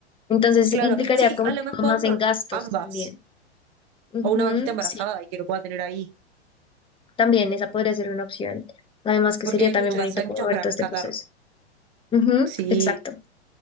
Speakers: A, on the left; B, on the right.
A: Entonces
B: Claro,
A: implicaría
B: sí,
A: como
B: a
A: un
B: lo mejor
A: tema más en gastos
B: ambas,
A: también. Ujú,
B: o una vaquita embarazada
A: sí,
B: y que lo pueda tener ahí,
A: también esa podría ser una opción. Además que
B: porque
A: sería
B: hay
A: también
B: muchas,
A: bonito
B: hay muchas
A: como ver
B: para
A: todo
B: rescatar,
A: este proceso. Ujú,
B: sí,
A: exacto.